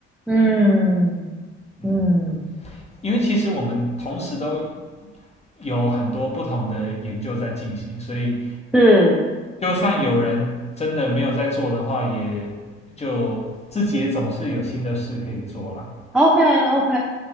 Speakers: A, in the centre; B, on the left (about 20°).
A: 嗯
B: 嗯，
A: 嗯，
B: 因为其实我们同时都有很多不同的研究在进行，所以
A: 是
B: 就算有人真的没有在做的话，也就自己也总是有新的事可以做啦。
A: ，OK OK，